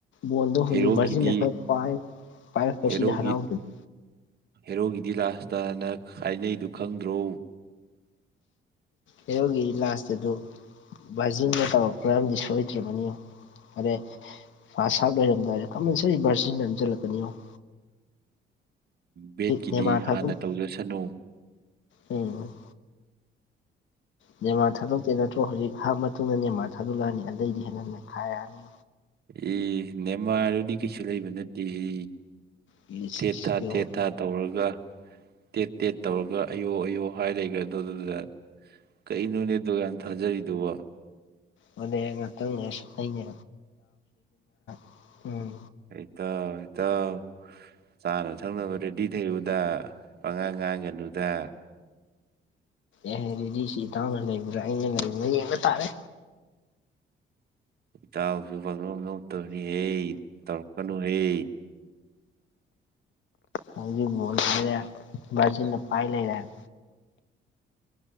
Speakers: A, on the left; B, on the right.
A: ꯕꯣꯜꯗꯣ ꯍꯧꯖꯤꯛ
B: ꯍꯦꯔꯣꯒꯤꯗꯤ
A: ꯕꯔꯖꯤꯜꯅ ꯈꯔ ꯄꯥꯏ ꯄꯥꯢꯔꯛꯄ
B: ꯍꯦꯔꯣꯒꯤ
A: ꯁꯤꯗ ꯍꯔꯥꯎꯔꯤꯕꯅꯤ
B: ꯍꯦꯔꯣꯒꯤꯗꯤ ꯂꯥꯁ ꯇꯅ ꯇ ꯍꯥꯏꯅꯩꯗꯨ ꯈꯪꯗ꯭ꯔꯣ
A: ꯍꯦꯔꯣꯒꯤ ꯂꯥꯁꯇ ꯑꯗꯨ ꯕꯥꯖꯤꯟꯗ ꯇꯧꯔꯛꯄꯔ ꯑꯝꯗꯤ ꯁꯣꯏꯗ꯭ꯔꯕꯅꯤ ꯐꯔꯦ ꯐꯥꯁ ꯍꯥꯞ ꯂꯩꯔꯝꯗꯥꯏꯗ ꯀꯝꯄꯜꯁꯔꯤ ꯚꯔꯁꯤꯟꯅ ꯑꯃ ꯆꯜꯂꯛ ꯀꯅꯤ ꯌꯦꯡꯉꯣ
B: ꯕꯦꯠꯀꯤꯗꯤ
A: ꯅꯦꯃꯥꯔ ꯊꯥꯗꯣꯛ
B: ꯍꯥꯟꯅ ꯇꯧꯖꯁꯅꯣ
A: ꯎꯝ ꯅꯦꯃꯥꯔ ꯊꯥꯗꯣꯛꯇꯦꯢ ꯅꯠꯇ꯭ꯔꯣ ꯍꯧꯖꯤꯛ ꯍꯞ ꯃꯇꯨꯡꯗ ꯅꯦꯃꯥ ꯊꯥꯗꯣꯛꯂꯛ ꯑꯅꯤ ꯑꯗꯩꯗꯤ ꯍꯦꯟꯅ ꯅꯈꯥꯏꯔꯅꯤ
B: ꯑꯦ ꯅꯦꯃꯥꯔꯗꯨꯗꯤ ꯀꯩꯁꯨ ꯂꯩꯕ ꯅꯠꯇ ꯍꯦ
A: ꯏꯁ
B: ꯇꯦꯠ ꯇꯥ
A: ꯌꯦꯡꯉꯨ
B: ꯇꯦꯠ ꯇꯥ ꯇꯧꯔꯒ ꯇꯦꯠ ꯇꯦꯠ ꯇꯧꯔꯒ ꯑꯌꯣ ꯑꯌꯣ ꯍꯥꯏ ꯂꯩꯈ꯭ꯔꯦ ꯗꯣꯗꯨꯗ ꯀꯩꯅꯣꯅꯦ ꯗꯨꯛꯌꯥꯝ ꯊꯥꯖꯔꯤꯗꯨꯕꯣ
A: ꯍꯣꯅꯦ ꯉꯥꯛꯇꯪ ꯂꯩꯔꯁꯨ ꯑꯩꯅ <unintelligible> ꯎꯝ
B: ꯢꯇꯥꯎ ꯢꯇꯥꯎ ꯆꯥꯅ ꯊꯛꯅꯕ ꯔꯦꯗꯤ ꯂꯩꯔꯣꯗ ꯄꯉꯥꯡ ꯉꯥꯡꯒꯅꯨꯗ
A: ꯑꯦ ꯔꯦꯗꯤꯁꯤ ꯢꯇꯥꯎꯅ ꯂꯩꯕ꯭ꯔꯥ ꯑꯩꯅ ꯂꯩꯕ꯭ꯔ ꯌꯦꯡꯕ ꯇꯥꯔꯦ
B: ꯏꯇꯥꯎꯁꯨ ꯄꯥꯡꯅꯣꯞ ꯅꯣꯞ ꯇꯕꯅꯦ ꯍꯦ ꯇꯧꯔꯛꯀꯅꯨꯍꯦ
A: ꯍꯧꯖꯤꯛ ꯕꯣꯜꯖ ꯕꯔꯖꯤꯟꯅ ꯄꯥꯏ ꯂꯩꯔꯦ ꯍꯥꯢꯕ